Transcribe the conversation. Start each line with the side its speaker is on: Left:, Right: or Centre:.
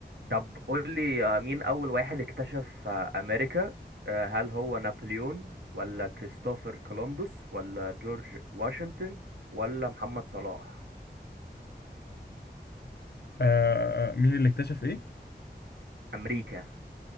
Right: طب قول لي آه، مين أول واحد اكتشف آه، أمريكا آه، هل هو نابليون ولا كريستوفر كولومبوس ولا جورج واشنطن ولا محمد صلاح
Left: آه آه، مين اللي اكتشف ايه؟
Right: أمريكا